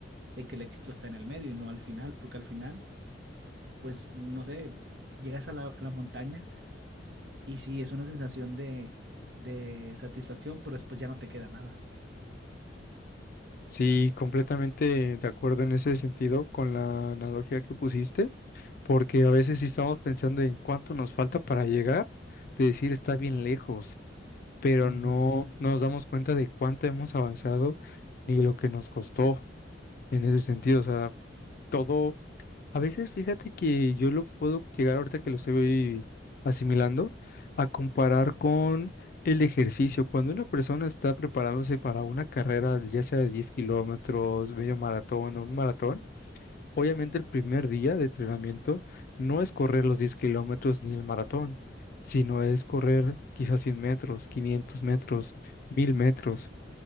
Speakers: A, on the right; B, on the left.
A: de que el éxito está en el medio y no al final, porque al final, pues, no sé, llegas a la, a la montaña y sí, es una sensación de, de satisfacción, pero después ya no te queda nada.
B: Sí, completamente de acuerdo en ese sentido con la analogía que pusiste. porque a veces sí estamos pensando en cuánto nos falta para llegar, de decir está bien lejos, pero
A: Ujú,
B: no Ujú. nos damos cuenta de cuánto hemos avanzado ni lo que nos costó en ese sentido. O sea, todo, a veces fíjate que yo lo puedo llegar ahorita que lo estoy asimilando a comparar con el ejercicio. Cuando una persona está preparándose para una carrera, ya sea de 10 kilómetros, medio maratón o un maratón, Obviamente el primer día de entrenamiento no es correr los 10 kilómetros ni el maratón, sino es correr quizás 100 metros, 500 metros, 1000 metros.